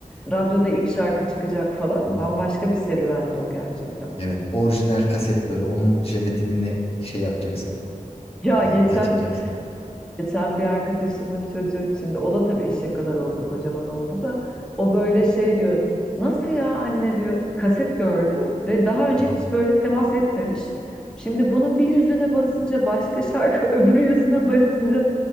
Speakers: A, in the centre; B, on the left.
A: Radyoda ilk şarkı çıkacak falan.
B: Hı hı.
A: Bambaşka bir serüvendi o gerçekten.
B: Evet. Orijinal kaset böyle. Onun jelatinini şey yapacaksın.
A: Ya
B: Ee,
A: geçen
B: açacaksın.
A: Geçen bir arkadaşımın çocuğu, şimdi o da tabii eşek kadar oldu, kocaman oldu da o böyle şey diyor, nasıl ya anne diyor, kaset gördü ve daha önce
B: Evet.
A: hiç böyle temas etmemiş. Şimdi bunun bir yüzüne basınca başka şarkı, <laughs> öbür yüzüne basınca